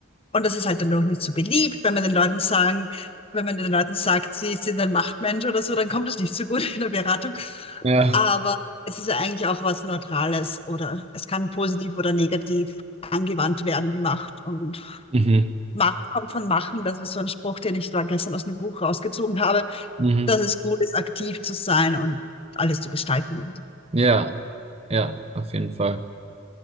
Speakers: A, on the left; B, on the right.
A: und das ist halt dann doch nicht so beliebt, wenn man den Leuten sagen, wenn man den Leuten sagt, sie sind ein Machtmensch oder so, dann kommt das nicht so gut in der Beratung.
B: Ja,
A: Aber es ist ja eigentlich auch was Neutrales oder es kann positiv oder negativ angewandt werden, die Macht. Und
B: Mhm.
A: Macht kommt von Machen. Das ist so ein Spruch, den ich da gestern aus dem Buch rausgezogen habe,
B: Mhm.
A: dass es gut ist, aktiv zu sein und alles zu gestalten.
B: Ja, ja, auf jeden Fall.